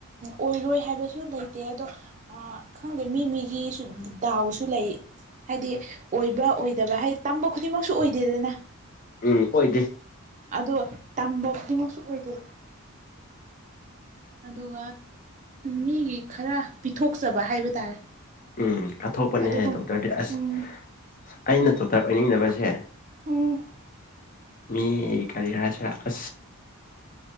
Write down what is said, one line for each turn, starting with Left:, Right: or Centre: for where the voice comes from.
Right: ꯑꯣꯏꯔꯣꯏ ꯍꯥꯏꯕꯁꯨ ꯂꯩꯇꯦ ꯑꯗꯣ ꯈꯪꯗꯦ ꯃꯤ ꯃꯤꯒꯤꯁꯨ ꯗꯥꯎꯁꯨ ꯂꯩ ꯍꯥꯏꯗꯤ ꯑꯣꯏꯕ ꯑꯣꯏꯗꯕ ꯍꯥꯏꯗꯤ ꯇꯝꯕ ꯈꯨꯗꯤꯡꯃꯛꯁꯨ ꯑꯣꯏꯗꯦꯗꯅ
Left: ꯎꯝ ꯑꯣꯏꯗꯦ
Right: ꯑꯗꯣ ꯇꯝꯕ ꯈꯨꯗꯤꯡꯃꯛꯁꯨ ꯑꯣꯏꯗꯣꯏꯅ ꯑꯗꯨꯒ ꯃꯤꯒꯤ ꯈꯔ ꯄꯤꯊꯣꯛꯆꯕ ꯍꯥꯏꯕ ꯇꯥꯔꯦ
Left: ꯎꯝ ꯀꯠꯊꯣꯛꯄꯅꯦꯍꯦ
Right: ꯑꯗꯨꯒ
Left: ꯗꯣꯛꯇꯔꯗꯤ ꯑꯁ
Right: ꯎꯝ
Left: ꯑꯩꯅ ꯗꯣꯛꯇꯔ ꯑꯣꯏꯅꯤꯡꯗꯕꯁꯦ
Right: ꯎꯝ
Left: ꯃꯤ ꯑꯦꯥꯗꯤ ꯍꯥꯏꯥꯁ ꯑ